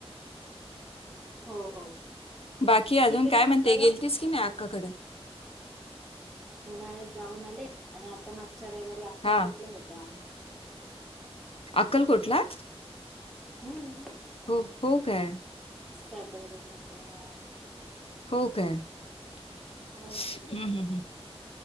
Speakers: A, in the centre; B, on the left.
A: हो हो.
B: बाकी अजून
A: तिकडे
B: काय
A: मग
B: म्हणते
A: करा
B: गेलतीस कि नाही अक्काकडं?
A: उन्हाळ्यात जाऊन आले आणि आता मा गच्या रईवारी अक्कलकोटला
B: हां,
A: होतो आम्ही.
B: अक्कलकोटला?
A: हम्म.
B: हो हो काय?
A: सॅटरडे संडे हा.
B: हो काय? हम्म
A: हो ना
B: हम्म हम्म.